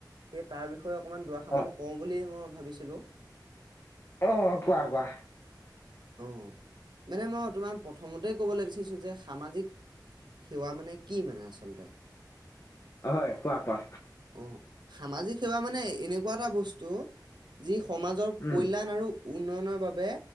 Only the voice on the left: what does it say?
অ
অ কোৱা কোৱা।
হয় কোৱা কোৱা
উম